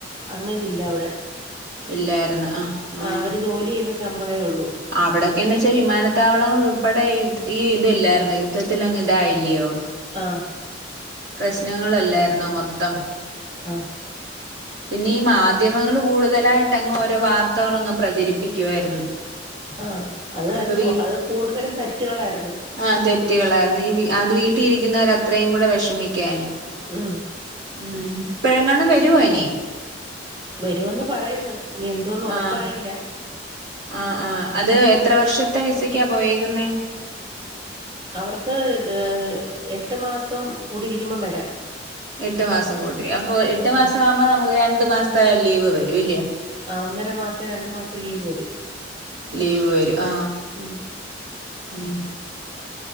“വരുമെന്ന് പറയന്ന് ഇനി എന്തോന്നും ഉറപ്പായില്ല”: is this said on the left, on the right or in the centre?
Right